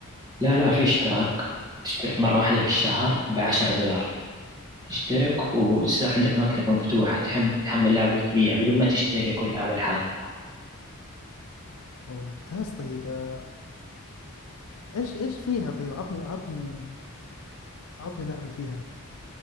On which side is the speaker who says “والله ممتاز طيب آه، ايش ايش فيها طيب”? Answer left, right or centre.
Left